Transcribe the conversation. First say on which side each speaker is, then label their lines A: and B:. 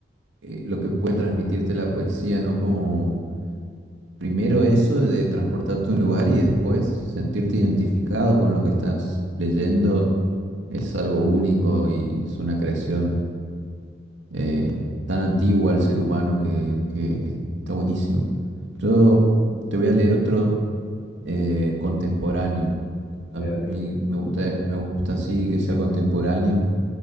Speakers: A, on the right; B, on the left.
A: eh, lo que puede transmitirte la poesía, ¿no? Como Primero eso de transportarte a un lugar y después sentirte identificado con lo que estás leyendo es algo único y es una creación eh, tan antigua al ser humano que, que- que está buenísimo. Yo te voy a leer otro
B: Dale,
A: eh, contemporáneo. A
B: dale, dale.
A: mí me gusta, me gusta así que sea contemporáneo